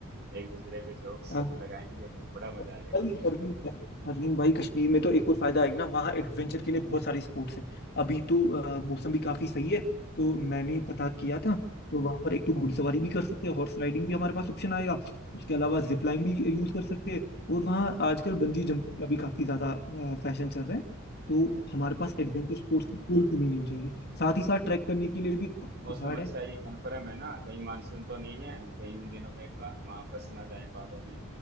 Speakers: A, on the right; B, on the left.
A: एक दूसरे पे जोक्स
B: आपको
A: लगाएंगे तो बड़ा मजा
B: परवीन
A: आएगा
B: परवीन भाई परवीन भाई कश्मीर में तो एक और फायदा आएगा ना वहाँ एडवेंचर के लिए बहुत सारी स्पोर्ट्स हैं अभी तो अ, मौसम भी काफी सही है तो मैंने
A: Okay
B: पता किया था तो वहाँ पर एक तो घुड़सवारी भी कर सकते हैं हॉर्स राइडिंग भी हमारे पास ऑप्शन आएगा उसके अलावा जिप लाइन भी यूज कर सकते हैं और वहाँ आजकल बंजी जंपिंग का भी काफी ज्यादा फैशन चल रहा है तो हमारे पास
A: okay
B: एडवेंचर स्पोर्ट्स की कोई कमी नहीं हो जाएगी साथ ही साथ ट्रैक करने के लिए भी पहाड़
A: मौसम अच्छा है ये कन्फर्म है ना कहीं मानसून तो नहीं है कहीं उन दिनों में का- वहां फंस ना जाए पहाड़ों में